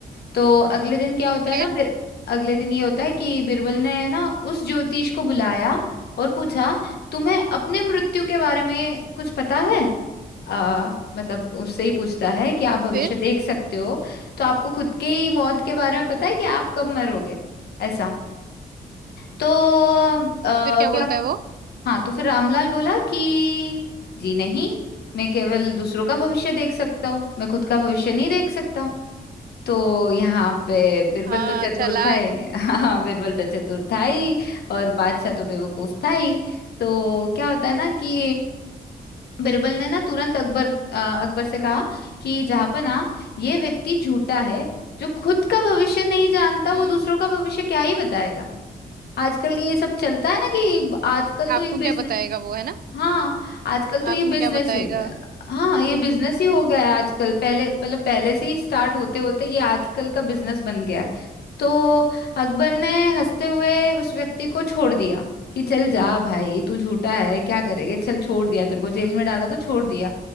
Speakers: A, on the left; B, on the right.
A: तो अगले दिन क्या होता
B: फिर
A: है ना बिर, अगले दिन ये होता है कि बिरबल ने ना उस ज्योतिष को बुलाया और पूछा तुम्हें अपने मृत्यु के बारे में कुछ पता है आ, मतलब उससे ही पूछता है कि आप भविष्य
B: फिर
A: देख सकते हो तो आपको खुद के ही मौत के बारे में पता है कि आप कब मरोगे ऐसा तो आ,
B: फिर क्या बोलता
A: क्या
B: है वो
A: हाँ तो फिर रामलाल बोला कि जी नहीं मैं केवल दूसरों का भविष्य देख सकता हूँ मैं खुद का भविष्य नहीं देख सकता तो यहाँ पे बिरबल
B: हाँ
A: तो चतुर
B: चालाक
A: था ही <laughs> हाँ बिरबल तो चतुर था ही और बादशाह तो बेवकूफ था ही तो क्या होता है ना कि बिरबल ने ना तुरंत अकबर अ, अकबर से कहा कि जहाँपनाह ये व्यक्ति झूठा है जो खुद का भविष्य नहीं जानता
B: हम्म
A: वो दूसरों का भविष्य क्या ही बताएगा आजकल के ये सब चलता है ना कि आजकल तो
B: आपको
A: ये बिजनेस
B: क्या बताएगा वो है ना
A: हाँ आजकल तो ये
B: आपको
A: बिजनेस
B: क्या बताएगा
A: ही गया हाँ ये बिजनेस ही हो गया है आजकल पहले मतलब पहले से ही स्टार्ट होते होते ये आजकल का बिजनेस बन गया है तो अकबर ने हंसते हुए उस व्यक्ति को छोड़ दिया कि चल जा भाई तू झूठा है क्या करेगा चल छोड़ दिया तेरे को जेल में डाला तो छोड़ दिया